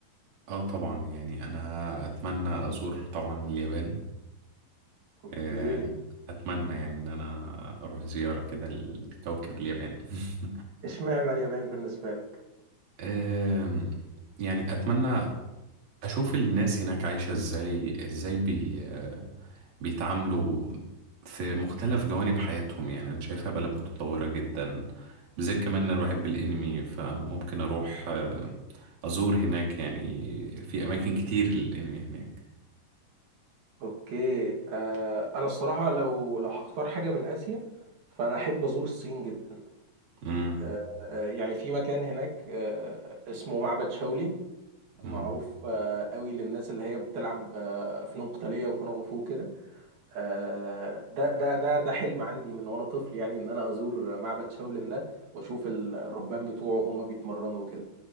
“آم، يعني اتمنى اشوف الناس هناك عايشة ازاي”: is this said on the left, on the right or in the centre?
Right